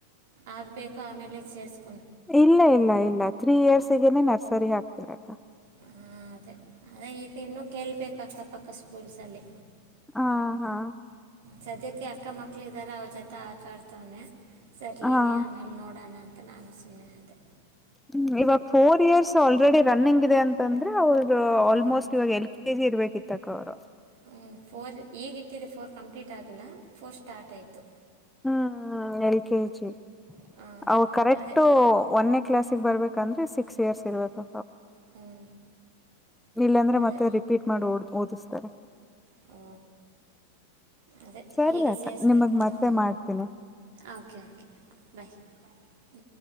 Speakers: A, on the right; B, in the centre.
A: ಆಗಬೇಕು ಆಮೇಲೆ ಸೇರ್ಸ್ಕೊು
B: ಇಲ್ಲ ಇಲ್ಲ ಇಲ್ಲ ತ್ರೀ ಇಯರ್ಸ್ಗನೆೇ ನರ್ಸರಿ ಹಾಕ್ತಿರಕ್ಕ
A: ಹಾಂ ಅದೇ ಆದರೆ ಈಗ ಇನ್ನೂ ಕೇಳಬೇಕು ಅಕ್ಕ ಪಕ್ಕ ಸ್ಕೂಲ್ಸಲ್ಲಿ
B: ಹಾ ಹಾ
A: ಸದ್ಯಕ್ಕೆ ಅಕ್ಕ ಮಕ್ಕಳು ಇದ್ದಾರೆ ಅವ್ರ ಜೊತೆ ಆತಾಡ್ತವನೆ ಸರ್ಲಲಿ
B: ಹಾ
A: ಆಮೇಲೆ ನೋಡೋಣ ಅಂತ ಕ ನಾನ ಸುಮ್ನೆ ಇದ್ದೆ
B: ಹ್ಮ್ ಇವಾಗ ಫೋರ್ ಇಯರ್ಸ್ ಆಲ್ರೆಡಿ ರನ್ನಿಂಗ್ ಇದೆ ಅಂತಂದ್ರೆ ಅವ್ರ
A: ಹ್ಞೂ
B: ಆಲ್ಮೋಸ್ಟ್ ಇವಾಗ ಎಲ್ ಕೆ ಜಿ ಇರ್ಬೇಕಿತ್ತು ಇರ
A: ಹ ಫೋರ್ ಈಗಿಟ್ಟಿದೆ ಫೋರ್ ಕಂಪ್ಲೀಟ್ ಆಗಿಲ್ಲ ಫೋರ್ ಸ್ಟಾರ್ಟ್ ಆಯ್ತು
B: ಹ್ಮ ಎಲ್ ಕೆಜಿ
A: ಹಾಂ
B: ಅವಾಗ ಕರೆಕ್ಟ್
A: ಅದೇ
B: ಒಂದೇ ಕ್ಲಾಸ್ಿಗೆ ಬರ್ಬೇಕಂದ್ರೆ ಸಿಕ್ಸ್ ಇಯರ್ಸ್ ಇರ್ಬೇಕು
A: ಹ್ಞೂ
B: ಇಲ್ಲಾಂದ್ರೆ
A: ಅದೇ
B: ಮತ್ತೆ ರಿಪೀಟ್ ಮಾಡಿ ಓ ಓದಿಸ್ತಾರೆ
A: ಹ್ಞೂ ಅದೇ
B: ಸರಿಯಕ್ಕ
A: ಈಗ ಸೇರಿಸ್ಬೇಕಂತ
B: ನಿಮಗ್ ಮತ್ತೆ
A: ಹ್ಞೂ
B: ಮಾಡ್ತೀನಿ
A: ಓಕೆ ಓಕೆ ಬಾಯ್ ಹ್ಞೂ